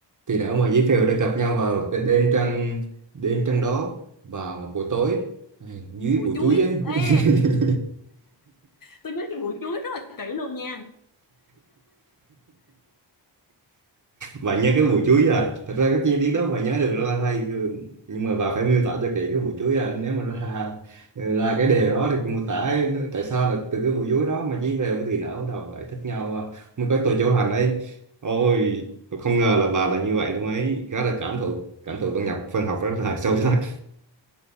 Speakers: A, on the right; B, on the left.
A: thì đàn ông và dế phèo đã gặp nhau vào đ- đêm trăng đêm trăng đó vào một buổi tối Ai, dưới
B: bùi
A: bụi
B: chuối
A: chuối ấy <laughs>
B: ê tôi nhớ cái bùi chuối rất là kỹ luôn nha
A: bạn nhớ cái bụi chuối à thật ra cái chi tiết đó bạn nhớ được rất là hay ừ, nhưng mà bà phải miêu tả cho kỹ cái bụi chuối à nếu mà ra ra cái đề đó thì mô tả ấy, nó- tại sao là từ cái bụi chuối đó mà chỉ về với thì nở bắt đầu lại thích nhau à, mới có tôi chỗ hành ấy ôi tôi không ngờ là bà là như vậy luôn ấy khá là cảm thụ cảm thụ văn nhập văn học rất là sâu sắc